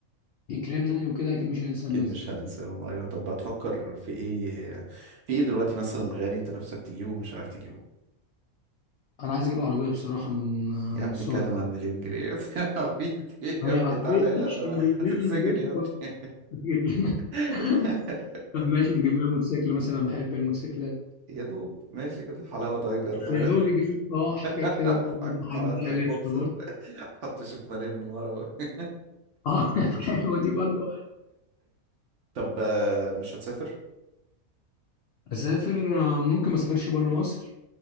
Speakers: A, on the left; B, on the right.
A: يكرمنا يعني وكده اكيد مش هننسى الناس
B: اكيد مش
A: دي
B: هننساهم ايوه طب هتفكر في ايه في ايه دلوقتي مثلا غالي انت نفسك تجيبه ومش عارف تجيبه
A: انا عايز اجيب عربيه بصراحه من آه،
B: يا
A: من
B: ابني
A: صغري
B: اتكلم على المليون جنيه <laughs> يا ابني عارفين إيه؟ يا
A: هي
B: ابني
A: عربيه
B: تعالى
A: ماشي
B: هنا ده أنا
A: نجيب
B: هتتسجن
A: لنا الجولف
B: يا ابني
A: ولا نجيب لنا
B: <laughs>
A: <laughs> طب ماشي نجيب لنا موتوسيكل مثلا أنا بحب الموتوسيكلات
B: يا دوب ماشي كده حلاوة تايجر فاهم؟
A: يا دوب يجيب لنا اه حاجه
B: <laughs>
A: كده هنجيبها
B: حلاوة تايجر
A: لسه
B: بوكسر
A: برضه
B: حط شكمانين من ورا <laughs>
A: اه <laughs> حلوه
B: مم.
A: دي برضه
B: طب آه، مش هتسافر؟
A: اسافر آه، ممكن ما اسافرش بره مصر